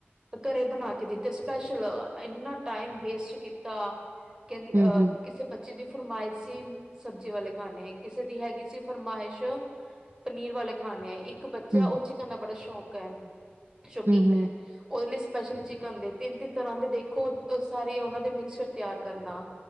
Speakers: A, on the right; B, on the right.
A: ਘਰੇ ਬਣਾ ਕੇ ਦਿੱਤੇ ਸੀ । ਸਪੈਸ਼ਲ ਇੰਨਾ ਟਾਈਮ ਵੇਸਟ ਕੀਤਾ । ਕਹ
B: ਹੂੰ
A: ਅਹ
B: ਹੂੰ
A: ਕਿਸੇ ਬੱਚੇ ਦੀ । ਫਰਮਾਇਸ਼ੀ ਸਬਜ਼ੀ ਵਾਲੇ ਖਾਣੇ । ਕਿਸੇ ਦੀ ਹੈਗੀ ਸੀ ਫਰਮਾਇਸ਼ । ਪਨੀਰ ਵਾਲੇ ਖਾਣੇ ਇੱ । ਇੱਕ ਬੱਚਾ
B: ਹੂੰ
A: ਉਹ ਚਿਕਨ ਦਾ ਬੜਾ ਸ਼ੌਕ । ਕੈਮ । ਸ਼ੋਕੀਨ
B: ਹੂੰ ਹੂੰ
A: ਹੈ ਉਹ ਲਿਸ । ਸਪੈਸ਼ਲ ਚਿਕਨ ਦੇ ਤਿੰਨ ਤਿੰਨ ਤਰ੍ਹਾਂ ਦੇ ਦੇਖੋ ਸਾਰੇ ਉਹਨਾਂ ਦੇ ਮਿਕਚਰ ਤਿਆਰ । ਕਰਨਾ।